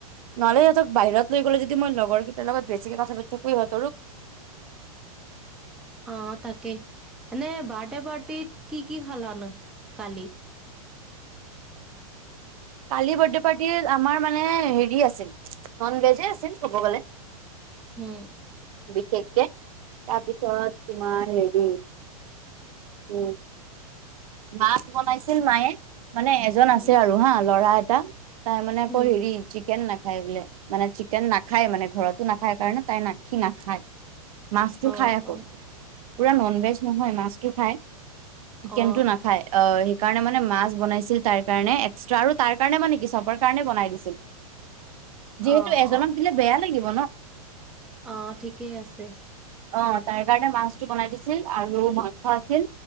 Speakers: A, on the right; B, in the centre.
A: নহলে সিহঁতক বাহিৰত ল গলে যদি ম লগৰেইটাৰ লগত বেছিকে কথা পাতো সিহঁত
B: অ তাকেই এনেই বাৰ্থডে পাৰ্ট- তিত কি কি খালা নো, কালি?
A: কালি বাৰ্থডে পাৰ্টি আমাৰ মানে হেৰি আছিল। নন ভেজে আছিল ক'ব গ'লে।
B: হম।
A: বিশেষকে তাৰপিছত তোমাৰ হেৰি উ মাছ বনাইছিল মায়ে। মানে এজন আছে
B: উম
A: আৰু হা ল'ৰা এটা তাই মানে আকৌ
B: উম
A: হেৰি চিকেন নাখ- খাই বোলে, মানে চিকেন নাখায় মানে ঘৰতো নাখায় কাৰণে তাই নাখি নাখায়। মাছটো
B: অ
A: খাই আকৌ
B: অ
A: পুৰা নন ভেজ নহয় মাছটো খাই। চিকেনটো
B: অ
A: নাখায় অ সেইকাৰণে মানে মাছ বনাইছিল তাৰ কাৰণে এক্সট্ৰা আৰু। তাৰ কাৰণে মানে কি চবৰ কাৰণে বনাই দিছিল, যিহেতু
B: অ
A: এজনক
B: অ
A: দিলে বেয়া লাগিব।
B: অ ঠিকেই আছে
A: অ তাইৰ কাৰণে মাছ। বনাই দিছিল আৰু মাইস আছিল